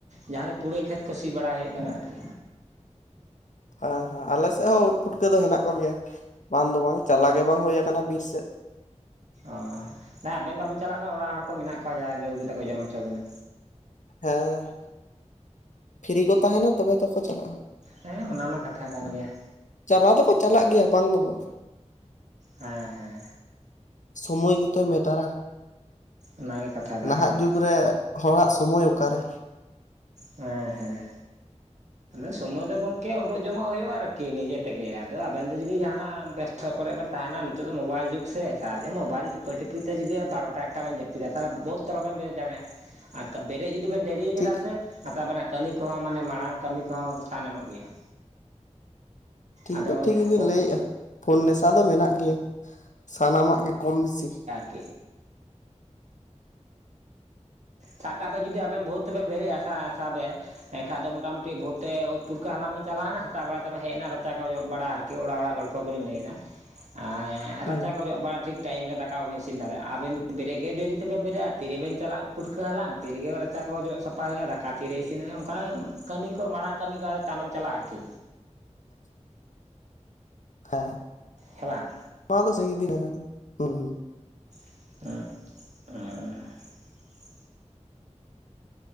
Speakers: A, on the right; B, on the left.
A: ᱡᱟᱦᱟᱸ ᱫᱚ ᱯᱩᱨᱟᱹᱭ ᱠᱷᱮᱛ ᱠᱚ ᱥᱤ ᱵᱟᱲᱟ ᱦᱩᱭᱩᱜ ᱠᱟᱱᱟ ᱟᱨᱠᱤ
B: ᱦᱮᱸ ᱦᱮᱸ ᱟᱞᱮ ᱥᱮᱫ ᱦᱚᱸ ᱳᱫ ᱯᱩᱴᱠᱟᱹ ᱫᱚ ᱦᱮᱱᱟᱜ ᱠᱚᱜᱮᱭᱟ, ᱵᱟᱝ ᱫᱚ ᱵᱟᱝ ᱪᱟᱞᱟᱣ ᱜᱮ ᱵᱟᱝ ᱦᱳᱭ ᱟᱠᱟᱱᱟ ᱵᱤᱨ ᱥᱮᱫ
A: ᱚᱻ ᱟᱵᱮᱱ ᱵᱟᱵᱮᱱ ᱪᱟᱞᱟᱜ ᱞᱮ ᱚᱲᱟᱜ ᱦᱚᱲ ᱠᱚ ᱢᱮᱱᱟᱜ ᱠᱚᱣᱟ, ᱡᱟᱦᱟᱭ ᱜᱮ ᱟᱹᱜᱩ ᱠᱟᱛᱮ ᱠᱚ ᱡᱚᱢ ᱦᱚᱪᱚ ᱵᱤᱱᱟ᱾
B: ᱦᱮᱸ ᱯᱷᱤᱨᱤ ᱠᱚ ᱛᱟᱦᱮᱱᱟ ᱛᱚᱵᱮ ᱛᱚᱠᱚ ᱪᱟᱞᱟᱜᱼᱟ᱾
A: ᱦᱮᱸ ᱚᱱᱟ ᱢᱟ ᱠᱟᱛᱷᱟ ᱠᱟᱱ ᱜᱮᱭᱟ᱾
B: ᱪᱟᱞᱟᱣ ᱫᱚᱠᱚ ᱪᱟᱞᱟᱜ ᱜᱮᱭᱟ᱾ ᱵᱟᱝ ᱫᱚ ᱵᱟᱝ
A: ᱦᱮᱸ ᱦᱮᱸ
B: ᱥᱚᱢᱚᱭ ᱜᱮᱛᱮ ᱢᱮᱴᱟᱨᱟ᱾
A: ᱚᱱᱟᱜᱮ ᱠᱟᱛᱷᱟ ᱫᱚ ᱟᱨᱠᱤ
B: ᱱᱟᱦᱟᱜ ᱡᱩᱜᱽ ᱨᱮ ᱦᱚᱲᱟᱜ ᱥᱚᱢᱚᱭ ᱚᱠᱟᱨᱮ
A: ᱦᱮᱸ ᱦᱮᱸ ᱥᱚᱢᱚᱭ ᱫᱚ ᱜᱚᱝᱠᱮ ᱳᱰᱳᱜ ᱡᱚᱝ-ᱚᱜ ᱦᱩᱭᱩᱜᱼᱟ᱾ ᱟᱨᱠᱤ ᱱᱤᱡᱮ ᱛᱮᱜᱮ ᱟᱫᱚ ᱟᱵᱮᱱ ᱫᱚ ᱡᱩᱫᱤ ᱡᱟᱦᱟᱱᱟᱜ ᱵᱮᱥ ᱛᱚ ᱠᱚᱨᱮ ᱵᱮᱱ ᱛᱟᱦᱮᱱᱟ ᱱᱤᱛᱚᱜ ᱫᱚ ᱢᱳᱵᱟᱭᱤᱞ ᱡᱩᱜᱽ ᱥᱮ ᱥᱟᱨᱟ ᱫᱤᱱ ᱢᱳᱵᱟᱭᱤᱞ ᱴᱤᱯᱟᱹ ᱴᱤᱯᱤ ᱛᱮ ᱡᱩᱫᱤ ᱵᱟᱨᱚᱴᱟ ᱮᱠᱴᱟ ᱵᱮᱱ ᱡᱟᱹᱯᱤᱫᱟ ᱛᱟᱦᱚᱞᱮ ᱵᱷᱳᱨ ᱛᱮ ᱵᱟ ᱵᱮᱱ ᱵᱮᱨᱮᱫ ᱫᱟᱲᱮᱭᱟᱜᱼᱟ ᱟᱨ ᱵᱮᱨᱮᱫ ᱡᱩᱫᱤ ᱵᱮᱱ ᱰᱮᱨᱤ ᱟᱠᱟᱫᱟ
B: ᱴᱷᱤᱠ
A: ᱥᱮ ᱱᱟᱛ ᱟᱵᱮᱱᱟᱜ ᱠᱟᱹᱢᱤ ᱠᱚᱦᱚᱸ ᱢᱟᱱᱮ ᱢᱟᱲᱟᱝ ᱠᱟᱹᱢᱤ ᱠᱚᱦᱚᱸ ᱛᱟᱭᱱᱚᱢ ᱚᱜ ᱜᱮᱭᱟ᱾
B: ᱴᱷᱤᱠ
A: ᱟᱫᱚ
B: ᱫᱚ ᱴᱷᱤᱠ ᱜᱮ ᱵᱤᱱ
A: ᱳᱫ
B: ᱞᱟᱹᱭᱮᱜᱼᱟ᱾ ᱯᱷᱳᱱ ᱱᱮᱥᱟ ᱫᱚ ᱢᱮᱱᱟᱜ ᱜᱮᱭᱟ᱾ᱥᱟᱱᱟᱢᱟᱜ ᱜᱮ ᱠᱚᱢ ᱵᱮᱥᱤ
A: ᱠᱮᱜ ᱥᱟᱵ ᱠᱟ ᱵᱮᱱ ᱡᱩᱫᱤ ᱟᱵᱮᱱ ᱵᱷᱳᱨ ᱛᱮᱵᱮᱱ ᱵᱮᱨᱮᱜᱼᱟ ᱥᱟᱼ ᱥᱟᱵ ᱵᱮ ᱮᱱᱠᱷᱟᱡ ᱫᱚ ᱢᱚᱴᱟᱢᱩᱴᱤ ᱵᱷᱳᱨ ᱛᱮ ᱳᱫ ᱯᱩᱴᱠᱟᱹ ᱦᱟᱞᱟᱝ ᱵᱮᱱ ᱪᱟᱞᱟᱣᱱᱟ ᱥᱮᱛᱟᱜ ᱵᱮᱲᱟ ᱫᱚ ᱦᱮᱡ ᱮᱱᱟ ᱨᱟᱪᱟ ᱠᱚ ᱡᱚᱜ ᱵᱟᱲᱟ ᱟᱨᱠᱤ ᱠᱤ ᱚᱲᱟᱜ ᱚᱲᱟᱜ ᱜᱚᱞᱯᱷᱚ ᱠᱚᱵᱤᱱ ᱞᱟᱹᱭ ᱮᱫᱟ
B: <unintelligible>
A: ᱟᱨ
B: ᱦᱩᱸ
A: ᱨᱟᱪᱟ ᱠᱚ ᱡᱚᱜ ᱵᱟᱲᱟ ᱴᱷᱤᱠ ᱴᱟᱭᱤᱢ ᱨᱮ ᱫᱟᱠᱟ ᱵᱟ ᱵᱤᱱ ᱤᱥᱤᱱ ᱫᱟᱲᱮᱭᱟᱜᱼᱟ, ᱟᱵᱮᱱ ᱵᱮᱨᱮᱜ ᱜᱮ ᱰᱮᱨᱤ ᱛᱮᱵᱮᱱ ᱵᱮᱨᱮᱜᱼᱟ ᱛᱤᱨᱮᱵᱮᱱ ᱪᱟᱞᱟᱜ ᱯᱩᱴᱠᱟᱹ ᱦᱟᱞᱟᱝ ᱛᱤᱨᱮ ᱜᱮ ᱨᱟᱪᱟ ᱠᱚ ᱡᱚᱜ ᱥᱟᱯᱟᱭ ᱦᱩᱭᱩᱜᱼᱟ? ᱫᱟᱠᱟ ᱛᱤᱨᱮ ᱤᱥᱤᱱᱼᱟ? ᱚᱱᱠᱟ ᱠᱟᱹᱢᱤ ᱠᱚ ᱢᱟᱲᱟᱝ ᱠᱟᱹᱢᱤ ᱠᱚ ᱛᱟᱱᱟᱢ ᱪᱟᱞᱟᱜᱼᱟ ᱟᱨᱠᱤ
B: <inaudible> ᱦᱮᱸ
A: ᱦᱮᱸ ᱵᱟᱝ
B: ᱱᱚᱣᱟ ᱫᱚ ᱥᱟᱹᱜᱤᱵ ᱢᱮᱱᱟ ᱦᱮᱸ
A: <unintelligible>